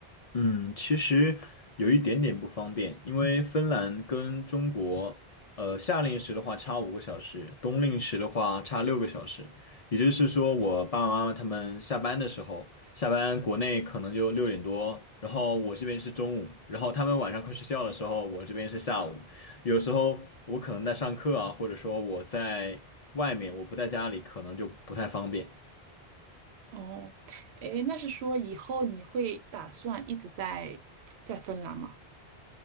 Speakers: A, on the left; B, on the right.
A: 嗯，其实有一点点不方便，因为芬兰跟中国，呃，夏令时的话差五个小时，冬令时的话差六个小时。也就是说，我爸爸妈妈他们下班的时候，下班国内可能就六点多，然后我这边是中午，然后他们晚上快睡觉的时候，我这边是下午。有时候我可能在上课啊，或者说我在外面，我不在家里，可能就不太方便。
B: 哦，诶，那是说以后你会打算一直在在芬兰吗？